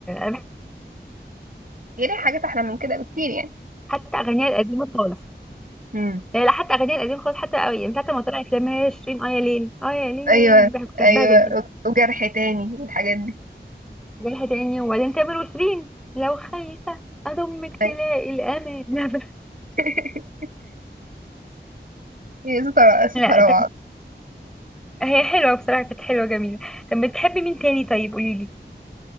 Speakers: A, in the centre; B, on the right.
A: انا بحب
B: هي ليها حاجات احلى من كده بكتير يعني
A: حتى اغانيها القديمه خالص
B: مم.
A: لا لا حتى اغانيها القديمه خالص حتى قوي من ساعه ما طلعت لما هي شيرين اه يا ليل اه يا ليل
B: ايوه
A: دي بحب كنت
B: ايوه
A: بحبها جدا
B: وجرح تاني الحاجات دي
A: رايحه تاني وبعدين تامر وشيرين لو خايفه اضمك
B: أيوة.
A: تلاقي الامان <laughs>
B: <laughs> هي صوتها صوتها
A: لا
B: روعه
A: طب هي حلوه بصراحه كانت حلوه جميله طب بتحبي مين تاني طيب قولي لي